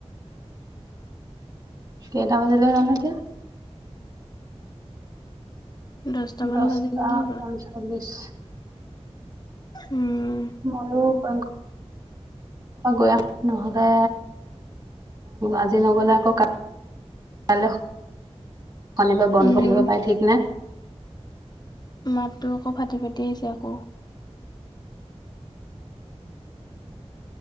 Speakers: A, on the right; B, on the left.
A: কেইটা বজিলে যানো এতিয়া।
B: দহটামান
A: দহটা
B: বাজি গ'ল হ'বলা
A: পঞ্চল্লিছ।
B: উম
A: ময়ো বেংগ গৈ আহো নহলে আজি নগলে আকৌ কাইলৈ শনিবাৰ বন্ধ
B: উম
A: থাকিব পাই ঠিক নাই।
B: মাতটো আকৌ ফাটি ফাটি আহিছে আকৌ